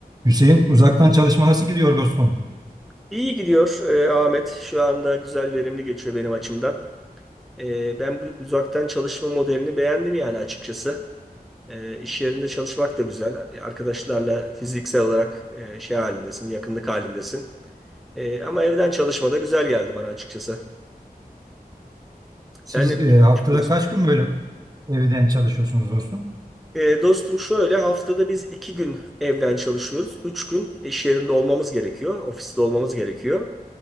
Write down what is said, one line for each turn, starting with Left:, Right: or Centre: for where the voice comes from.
Right: Hüseyin, uzaktan çalışma nasıl gidiyor dostum?
Centre: İyi gidiyor e, Ahmet. Şu anda güzel verimli geçiyor benim açımdan. E, ben bu uzaktan çalışma modelini beğendim yani açıkçası. E, iş yerinde çalışmak da güzel. E, Arkadaşlarla fiziksel olarak e, şey halindesin, yakınlık halindesin. E, ama evden çalışma da güzel geldi bana açıkçası. Sen
Right: Siz
Centre: ne
Right: e, haftada
Centre: düşünüyorsun?
Right: kaç gün böyle evden çalışıyorsunuz dostum?
Centre: E, dostum şöyle haftada biz iki gün evden çalışıyoruz. Üç gün iş yerinde olmamız gerekiyor. Ofiste olmamız gerekiyor.